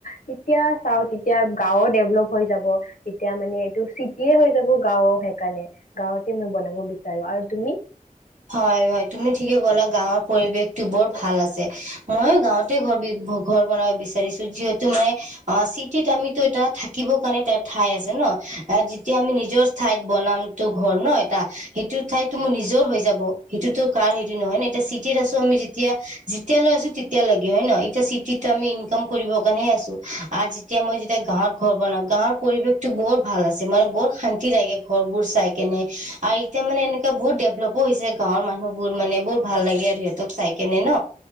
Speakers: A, on the left (about 70°); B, on the right (about 55°).
A: তেতিয়া চাও তেতিয়া গাঁও ডেভলপ হৈ যাব তেতিয়া মানে এইটো চিটিয়ে হৈ যাব গাঁও সেইকাৰণে গাঁওতে মই বনাব বিচাৰো আৰু তুমি
B: হয়-হয় তুমি ঠিকে ক'লা গাঁৱৰ পৰিৱেশতো বৰ ভাল আছে, মইও গাঁৱতে ঘৰ ব ঘৰ বনাব বিচাৰিছো যিহেতু মানে অ চিটিত আমিতো এটা থাকিব কাৰণে এটা ঠাই আছে ন, যেতিয়া আমি নিজৰ ঠাইত বনাম তটো ঘৰ এটা সেইটো ঠাইতো মোৰ নিজৰ হৈ যাব। সেইটোত কাৰ হেৰি নহয় ন এতিয়া চিটিত আছো আমি যেতিয়া-যেতিয়া লৈ আছো তেতিয়া লৈকে হয় ন, এতিয়া চিটিত আমি ইনকাম কৰিব কাৰণে আছো আৰু যেতিয়া মই যেতিয়া গাঁৱত ঘৰ বনাম গাঁৱৰ পৰিবেশটো বৰ ভাল আছে, মানে বৰ শান্তি লাগে ঘৰবোৰ চাই কেনে আৰু এতিয়া মানে এনেকুৱা বহুত ডেভেলপ হৈছে গাঁৱৰ মানুহবোৰ মানে বৰ ভাল লাগে আৰু সিহঁতক চাই কেনে ন